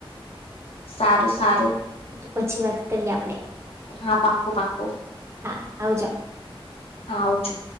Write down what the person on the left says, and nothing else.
સારું સારું.
હા પાક્કું પાક્કું
હા આવજો.